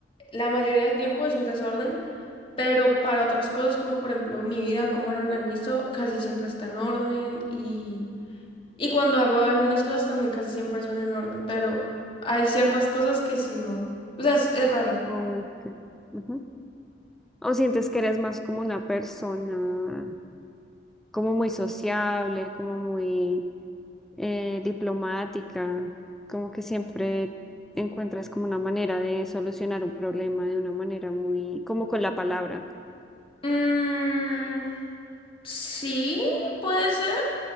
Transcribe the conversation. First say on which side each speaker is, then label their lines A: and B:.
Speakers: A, on the left; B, in the centre.
A: la mayoría del tiempo es un desorden, pero para otras cosas, como por ejemplo mi vida, cómo la organizo, casi siempre está en orden y, y cuando hago algunas cosas también casi siempre son en orden, pero hay ciertas cosas que sí no. O sea, es, es raro.
B: Ok. Ujú. O sientes que eres más como una persona, como muy sociable, como muy eh, diplomática, como que siempre encuentras como una manera de solucionar un problema de una manera muy, como con la palabra.
A: Mm, sí, puede ser,